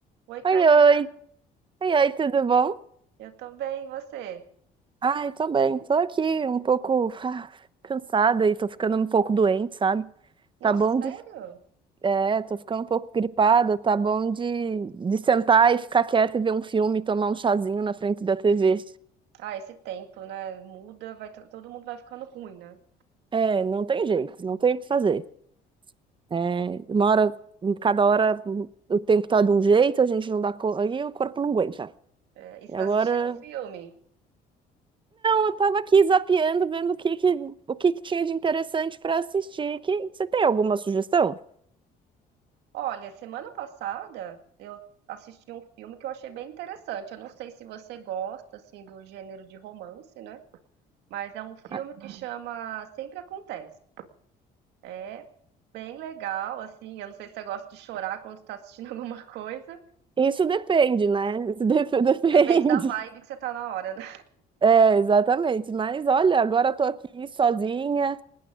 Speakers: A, on the right; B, on the right.
A: Oi, Karina.
B: Oi, oi. Oi, oi, tudo bom?
A: Eu tô bem, e você?
B: Ai, tô bem, tô aqui um pouco ah, cansada e tô ficando um pouco doente, sabe?
A: Nossa,
B: Tá bom
A: sério?
B: de. É, tô ficando um pouco gripada, tá bom de, de sentar e ficar quieta e ver um filme, tomar um chazinho na frente da TV.
A: Ah, esse tempo, né? Muda, vai, to- todo mundo vai ficando ruim, né?
B: É, não tem jeito, não tem o que fazer. É, uma hora, cada hora o tempo tá de um jeito, a gente não dá conta, e o corpo não aguenta.
A: É, E você
B: E
A: tá
B: agora
A: assistindo um filme?
B: eu tava aqui zapeando, vendo o que que, o que que tinha de interessante para assistir. Que, você tem alguma sugestão?
A: Olha, semana passada assisti um filme que eu achei bem interessante. Eu não sei se você gosta, assim, do gênero de romance, né? Mas é um filme
B: Ah,
A: que chama Sempre Acontece. É Bem legal, assim. Eu não sei se você gosta de chorar quando tá assistindo <laughs> alguma coisa.
B: Isso depende, né? Isso dep- <laughs> depende.
A: Depende da vibe que você tá na hora, né?
B: É, exatamente. Mas olha, agora eu tô aqui sozinha,